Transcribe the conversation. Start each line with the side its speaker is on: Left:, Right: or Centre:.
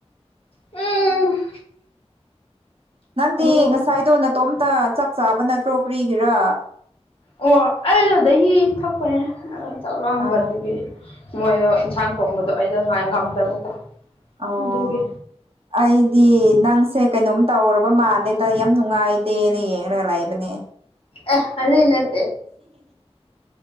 Left: ꯎꯝ
Right: ꯅꯪꯗꯤ
Left: ꯑꯗꯨꯕꯨ
Right: ꯉꯁꯥꯏꯗꯣ ꯅꯇꯣꯝꯇ ꯆꯥꯛ ꯆꯥꯕ ꯅꯠꯇ꯭ꯔꯣ ꯀꯔꯤꯒꯤꯔꯥ
Left: ꯑꯣ ꯑꯩꯗꯨ ꯗꯍꯤ ꯊꯛꯄ ꯆꯥꯛ ꯂꯥꯝꯕ
Right: ꯑ
Left: ꯑꯗꯨꯒꯤ ꯃꯣꯏꯗꯣ ꯏꯟꯁꯥꯡ ꯊꯣꯡꯕꯗꯣ ꯑꯩꯗꯣ ꯉꯥꯏ ꯉꯝꯗꯕꯀꯣ
Right: ꯑꯣ
Left: ꯑꯗꯨꯒꯤ
Right: ꯑꯩꯗꯤ ꯅꯪꯁꯦ ꯀꯩꯅꯣꯝ ꯇꯧꯔꯕ ꯃꯥꯜꯂꯦ ꯌꯥꯝ ꯅꯨꯡꯉꯥꯏꯇꯦꯅ ꯌꯦꯡꯔꯒ ꯂꯩꯕꯅꯦ
Left: ꯑ ꯑꯗꯨꯏ ꯅꯇ